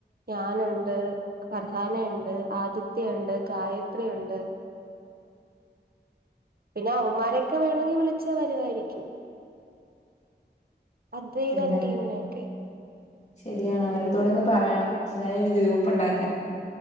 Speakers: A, on the right; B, on the left.
A: ഞാനൊണ്ട് ഫർഹാനയൊണ്ട് ആദിത്യയൊണ്ട് ഗായത്രിയുണ്ട് പിന്നെ അവള്മാരെക്കെ വേണോങ്കി വിളിച്ചാ വെരുവാരിക്കും അദ്വൈദാൻ
B: എന്താ
A: ടീമിനെ ഒക്കെ
B: ശരിയാണ് അവരുടുത്തൂടെ ഒന്ന് പറയണം എന്തായ്ലും ഒരു ഗ്രൂപ്പൊണ്ടാക്കാം